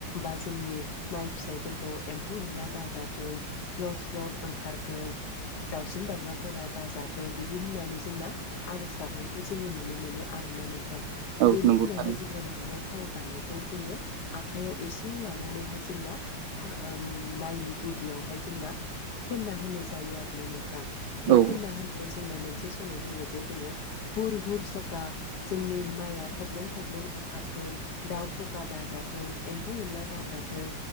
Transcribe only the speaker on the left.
बा जोंनि माइ फिथाइफोरखौ एम्फौ एनला दाजाथों। स्लद स्लद ओंखारथों दाउसिन दाउला फोरा दाजाथों बिदि होननानै जोंना आर'ज गाबनायखौ जोङो नुनो मोनो आरोना नों थां
बेनि
उनावहाय
जों लांनाय थाव जानायखौ जोङो आखाइयाव एसे लानानैहाय जोंना था ओम माइनि गुदियावहाय जोंना फोनना होनाय जायो आरोना नोंथां बे
फोनना होना याव जोंना मोनसे सल' दोङो जे जोङो हुर हुर सखा जोंनि माइआ थब्लं थब्लं ओंखारथों दाउ सखा दाजाथों एम म्फौ एनला दाजाथों